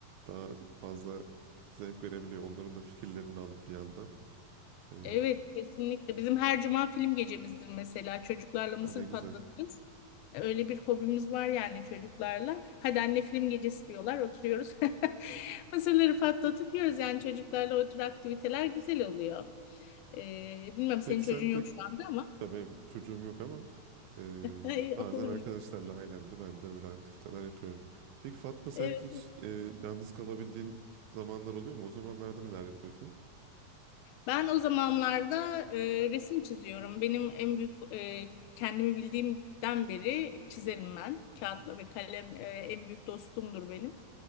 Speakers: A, on the right; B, on the left.
A: daha fazla zevk verebiliyor. Onların da fikirlerini alıp bir yandan. Eee
B: Evet, kesinlikle. Bizim her cuma film gecemizdir mesela. Çocuklarla mısır
A: ha, ne güzel.
B: patlatırız. E, Öyle bir hobimiz var yani çocuklarla. Hadi anne film gecesi diyorlar, oturuyoruz. <laughs> Mısırları patlatıp yiyoruz yani çocuklarla o tür aktiviteler güzel oluyor. E, bilmem senin
A: Peki
B: çocuğun
A: sen
B: yok
A: pek
B: şu anda ama.
A: Tabii benim çocuğum yok ama e,
B: Ay,
A: bazen
B: olur
A: arkadaşlarla
B: mu?
A: ailemde ben de böyle aktiviteler yapıyorum. Peki Fatma sen
B: Evet.
A: hiç e, yalnız kalabildiğin zamanlar oluyor mu? O zamanlarda neler yapıyorsun?
B: Ben o zamanlarda e, resim çiziyorum. Benim en büyük e, kendimi bildiğimden beri çizerim ben. Kağıtla
A: Hmm.
B: ve kalem e, en büyük dostumdur benim.